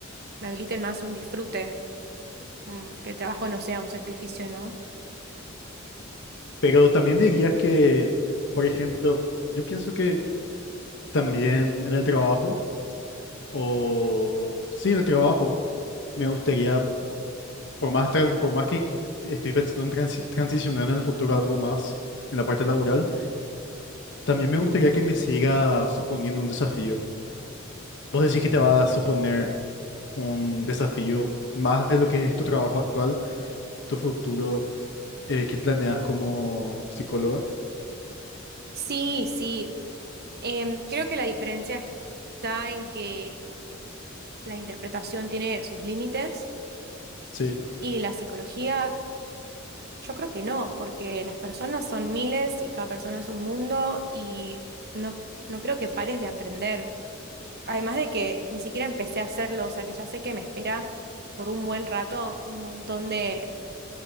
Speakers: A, on the right (about 50°); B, on the left (about 60°).
A: me habiliten más un disfrute, mm, que el trabajo no sea un sacrificio, ¿no?
B: Pero también dirías que, por ejemplo, yo pienso que también en el trabajo. O sí, el trabajo. Me gustaría, por más, tra- por más que estoy pensando en transi- transicionar en el futuro a algo más en la parte laboral, también me gustaría que me siga suponiendo un desafío. Vos decís que te va a suponer un desafío más de lo que es tu trabajo actual, tu futuro eh, que planeas como psicóloga.
A: Sí, sí. Em, creo que la diferencia está en que la interpretación tiene sus límites
B: Sí.
A: y la psicología, yo creo que no, porque las personas son miles y cada persona es un mundo y no, no creo que pares de aprender. Además de que ni siquiera empecé a hacerlo, o sea que ya sé que me espera por un buen rato un montón de,